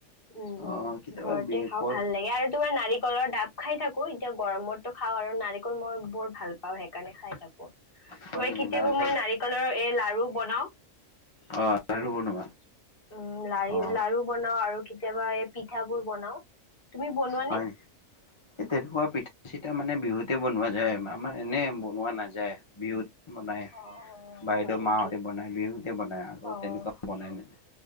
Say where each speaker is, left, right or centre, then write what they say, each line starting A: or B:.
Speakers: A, on the left (about 45°); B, on the left (about 25°).
A: উম
B: অ
A: উম,
B: কেতিয়াবা
A: ঘৰতে খাওঁ
B: কল
A: ভাল লাগে আৰু তোমাৰ নাৰিকলৰ ডাব খাই থাকো। এতিয়া গৰমতটো খাওঁ আৰু নাৰিকল মই বৰ ভাল পাওঁ সেইকাৰণে খাই থাকো
B: হয়
A: তোমাৰ
B: নেকি
A: কেতিয়াবা
B: নাৰিকল
A: মই নাৰিকলৰ এ লাৰু বনাও
B: অ লাৰু বনোৱা
A: উম লাৰি
B: অ
A: লাৰু বনাও আৰু কেতিয়াবা এই পিঠাবোৰ বনাও তুমি বনোৱানে?
B: হয় নেকি তেনেকুৱা পিঠা চিতা মানে বিহুতে বনোৱা যায় আমাৰ এনে বনোৱা নাযায় বিহুত বনায়
A: অ', অ',
B: বাইদেউ
A: হয় নেকি?
B: মাহঁতে বনায় বিহুতে বনায় আৰু
A: অ'।
B: তেনেকুৱা বনাই নাযায়